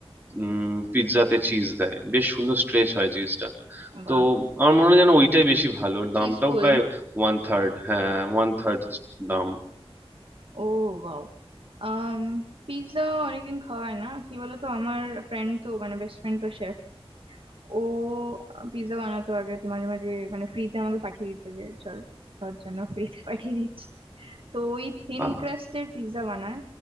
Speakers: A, on the right; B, on the right.
A: উম পিৎজাতে চিজ দেয় বেশ সুন্দর স্ট্রেচ হয় চিজটা
B: বাহ
A: তো আমার মনে হয় যেন ওইটাই বেশি ভালো ওর
B: চিজফুল
A: দামটাও প্রায় ওয়ান থার্ড হ্যাঁ ওয়ান থার্ড দাম
B: ও বাও আম পিৎজা অনেকদিন খাওয়া হয় না কি বলতো আমার ফ্রেন্ড তো মানে বেস্ট ফ্রেন্ড তো শেফ ও পিৎজা বানাতো আগে তো মাঝে মাঝে মানে ফ্রিতে আমাকে পাঠিয়ে দিত যে চল তোর জন্য ফ্রিতে পাঠিয়ে দিচ্ছি তো ওই থিন
A: বাহ
B: ক্রাস্টের পিৎজা বানায়